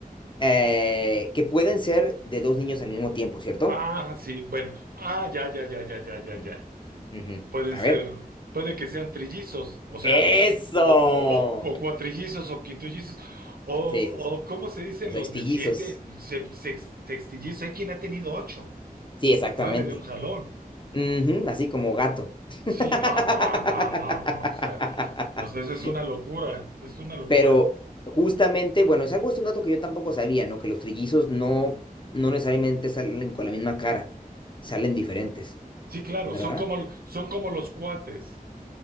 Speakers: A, on the left; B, on the right.
A: eh, que pueden ser de dos niños al mismo tiempo, ¿cierto?
B: Ah, sí, bueno. Ah, ya, ya, ya, ya, ya, ya,
A: Ujú.
B: ya.
A: Ujú.
B: pueden
A: A
B: ser,
A: ver.
B: puede que sean trillizos, o sea,
A: ¡Eso!
B: o, o, o- o cuatrillizos o quintillizos, o, o
A: Sí, sí, sí.
B: ¿cómo se dicen
A: O sea,
B: los
A: estillizos.
B: de siete? Se- sex- sextillizos, hay quien ha tenido ocho,
A: Sí, exactamente.
B: nueve de un jalón.
A: Ujú, Así como gato. <laughs>
B: Sí, no, no, no, no, no, o sea, o sea, eso es una locura, es una locura.
A: Pero justamente, bueno, es algo, es un dato que yo tampoco sabía, ¿no? Que los trillizos no, no necesariamente salen con la misma cara, salen diferentes,
B: Sí, claro,
A: ¿verdad?
B: son como, son como los cuates.